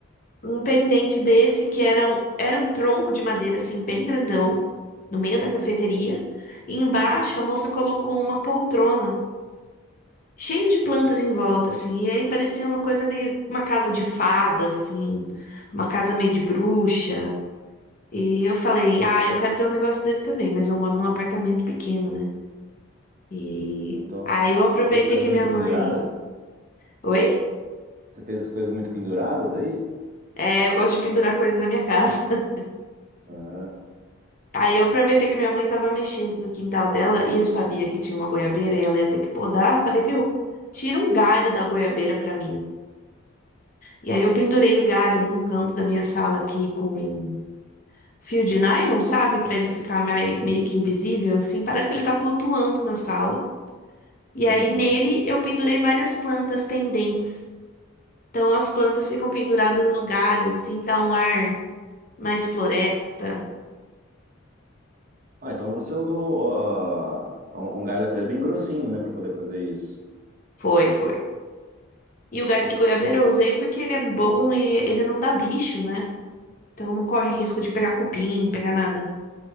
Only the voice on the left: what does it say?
um pendente desse que era um, era um tronco de madeira assim bem grandão no meio da cafeteria. E embaixo a moça colocou uma poltrona cheia de plantas em volta assim. E aí parecia uma coisa meio uma casa de fada assim, uma casa meio de bruxa. E eu falei, ah, eu quero ter um negócio desse também, mas eu moro num apartamento pequeno, né? E
aí eu aproveitei
que
minha mãe.
Oi?
É, eu gosto de pendurar
coisas na minha casa. <laughs>
Aí eu aproveitei que minha mãe tava mexendo no quintal dela e eu sabia que tinha uma goiabeira e ela ia ter que podar. Eu falei, viu? Tira um galho da goiabeira pra mim. E aí eu pendurei o galho num canto da minha sala aqui com um fio de nylon, sabe? Pra ele ficar mai-
meio que invisível assim. Parece que ele tá flutuando na sala. E aí
nele eu pendurei várias plantas pendentes. Então as plantas ficam penduradas no galho assim, dá um ar mais floresta.
Foi, foi. E o galho de goiabeira eu usei porque ele é bom e ele não dá bicho, né? Então não corre risco de pegar cupim, pegar nada.